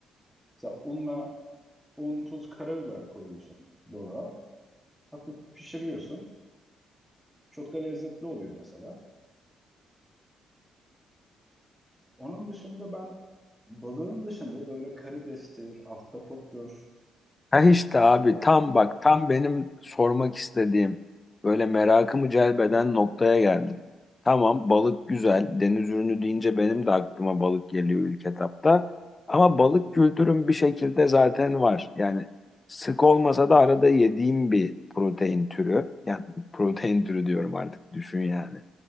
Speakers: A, in the centre; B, on the left.
A: Mesela unla un, tuz, karabiber koyuyorsun dolaba. Hafif pişiriyorsun. Çok da lezzetli oluyor mesela. Onun dışında ben balığın dışında böyle karidestir, ahtapottur,
B: Ha işte abi
A: O-
B: tam bak tam benim sormak istediğim böyle merakımı celbeden noktaya geldim. Tamam balık güzel deniz ürünü deyince benim de aklıma balık geliyor ilk etapta. Ama balık kültürüm bir şekilde zaten var. Yani sık olmasa da arada yediğim bir protein türü. Yani <laughs> protein türü diyorum artık düşün yani.